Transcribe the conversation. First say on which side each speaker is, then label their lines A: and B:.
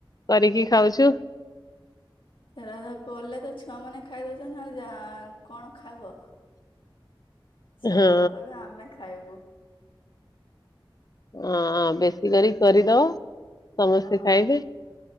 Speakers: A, on the left; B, on the left.
A: କରିକି ଖାଉଚୁ।
B: ହେରା କଲେ ତ ଛୁଆମାନେ ଖାଇଦଉଚନ୍ତି ଆଉ ଯା କଣ ଖାଇବ।
A: <inaudible>
B: ଛୁଆମାନେ
A: ହଁ
B: କହିବେ ଆମେ ଖାଇବୁ।
A: ଅଁ ବେଶୀ କରିକି କରିଦବ। ସମସ୍ତେ
B: ହଁ
A: ଖାଇବେ।